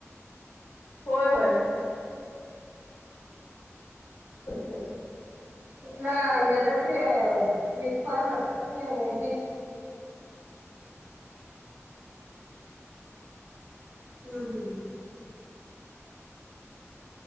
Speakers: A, on the left; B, on the right.
A: होय होय. होतय.
B: कुठला ह ज क स्विप फार नसते ह जी हम्.